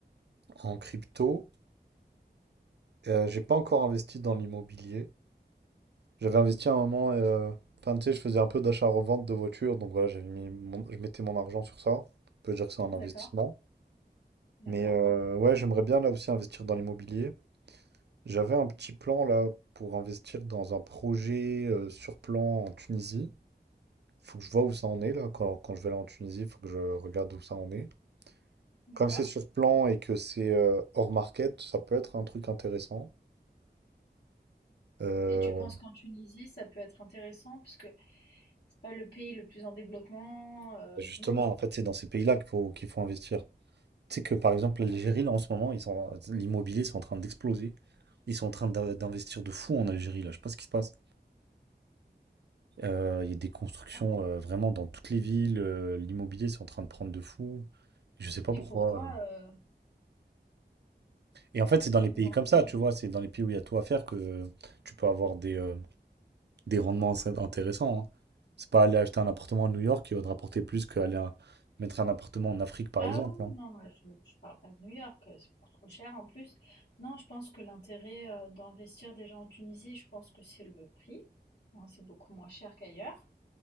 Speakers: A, on the right; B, on the left.
A: en crypto. Euh, j'ai pas encore investi dans l'immobilier. J'avais investi à un moment, euh, enfin, tu sais, je faisais un peu d'achat-revente de voitures, donc voilà, j'avais mis mon- je mettais mon argent sur ça. On peut dire que c'est un investissement.
B: D'accord, d'accord,
A: Mais euh, ouais, j'aimerais bien là aussi investir dans l'immobilier. J'avais un petit plan là pour investir dans un projet euh, sur plan en Tunisie. Faut que je vois où ça en est là quand, quand je vais aller en Tunisie, il faut que je regarde où ça en est.
B: d'accord
A: Comme c'est sur plan et que c'est euh, hors market, ça peut être un truc intéressant. Euh,
B: et tu penses qu'en Tunisie, ça peut être intéressant? Parce que c'est pas le pays le plus en développement, heu,
A: justement,
B: du monde,
A: en
B: quoi,
A: fait, c'est dans ces pays-là qu'il faut, qu'il faut investir. Tu sais que par exemple, l'Algérie, là en ce moment, ils sont, l'immobilier, c'est en train d'exploser. Ils sont en train d'in- d'investir de fou en Algérie, là. Je sais pas ce qui se passe. Euh, Il y a des constructions
B: hein
A: euh, vraiment dans toutes les villes. euh, l'immobilier, c'est en train de prendre de fou. Je sais pas
B: Et
A: pourquoi.
B: pourquoi,
A: euh.
B: heu,
A: Et en fait, c'est dans
B: tu
A: les
B: as pu
A: pays
B: te renseigner?
A: comme ça, tu vois, c'est dans les pays où il y a tout à faire que tu peux avoir des, euh, des rendements assez intéressants. hein. C'est pas aller acheter un appartement à New York qui va te rapporter plus qu'aller un- mettre un appartement en Afrique, par
B: Ah
A: exemple.
B: oui,
A: hein.
B: oui, non, moi je je parle pas de New York, heu, c'est beaucoup trop cher en plus. Non, je pense que l'intérêt, heu, d'investir déjà en Tunisie, je pense que c'est le prix, hein, c'est beaucoup moins cher qu'ailleurs